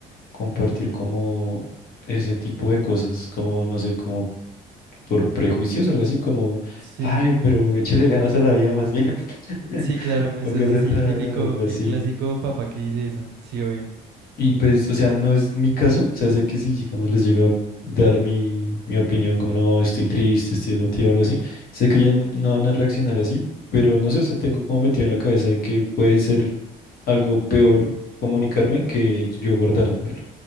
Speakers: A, on the left (about 60°); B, on the right (about 85°).
A: compartir como ese tipo de cosas, como, no sé, como por prejuicios o algo así como,
B: sí,
A: ay, pero échale ganas a la vida más bien, <laughs>
B: sí, claro, eso
A: póngase
B: es así,
A: a trabajar
B: el típico,
A: o algo así.
B: el clásico papá que dice eso, sí, obvio.
A: Y pues, o sea, no es mi caso, o sea, sé que si, digamos, les llega a dar mi, mi opinión, como no, estoy triste, estoy desmotivado o algo así, sé que ellos no, no van a reaccionar así, pero no sé, o sea, tengo como metido en la cabeza de que puede ser algo peor comunicarme que yo guardármelo,